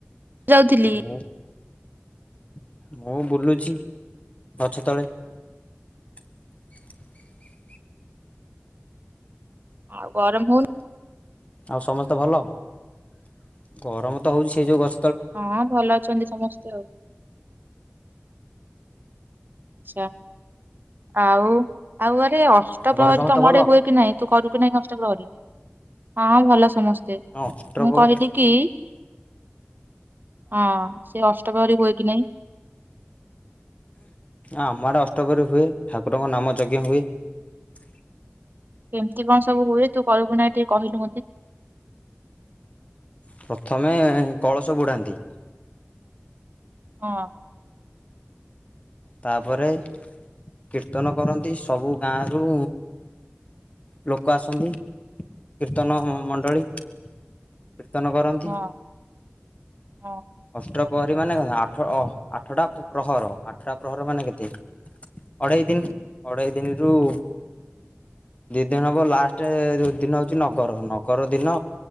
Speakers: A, on the right; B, on the left.
A: ଯାଉଥିଲି
B: ହୁଁ। <inaudible> ମୁଁ ବୁଲୁଛି ଗଛ ତଳେ। <inaudible>
A: ଆଉ ଗରମ ହଉ
B: ଆଉ ସମସ୍ତେ ଭଲ। <inaudible> ଗରମ ହଉ ସେ ଯୋଉ ଗ
A: ହଁ ଭଲ ଅଛନ୍ତି ସମସ୍ତେ ଆଉ। <inaudible> ଆଚ୍ଛା। ଆଉ ଆଉ ଆରେ ଅଷ୍ଟପ୍ରହରୀ
B: ଘରେ ସମସ୍ତେ
A: ତମ
B: ଭଲ
A: ଆଡେ ହୁଏ କି ନାହିଁ। ତୁ କରୁ କି ନାହିଁ। ଅ ଷ୍ଟପ୍ରହରି ହଁ ଭଲ ସମସ୍ତେ।
B: ହଁ ଅଷ୍ଟପ
A: ମୁଁ
B: ହଁ
A: କହିଲି କି <inaudible> ହଁ ସେ ଅଷ୍ଟପ୍ରହରି ହୁ କି ନାହିଁ। <inaudible>
B: ଆମ ଆଡେ ଅଷ୍ଟପ୍ରହରି ହୁଏ। ଠାକୁରଙ୍କ ନାମ ଯଜ୍ଞ ହୁଏ। <inaudible>
A: କେମତି କଣ ସବୁ ହୁଏ। ତୁ କରୁକି ନାହିଁ ଟିକେ କହିଲୁ ମତେ। <inaudible>
B: ପ୍ରଥମେ କଳସ ବୁଡାନ୍ତି।
A: ହଁ। <inaudible>
B: ତାପରେ କୀର୍ତ୍ତନ କରନ୍ତି। ସବୁ ଗାଁ ରୁ ଲୋକ ଆସନ୍ତି କୀର୍ତ୍ତନ ମଣ୍ଡଳୀ <inaudible> କୀର୍ତ୍ତନ କରନ୍ତି।
A: ହଁ
B: <inaudible>
A: ହଁ
B: ପ୍ରହରୀ ମାନେ ଆଠ ଆଠଟା ପ୍ରହର ଆଠଟା ପ୍ରହର ମାନେ କେତେ ଅଢେଇ ଦିନ। ଅଢେଇ ଦିନରୁ <inaudible> ଦି ଦିନ ହବ ଲାଷ୍ଟ ଦିନ ହଉଛି। ନଗର ନଗର ଦିନ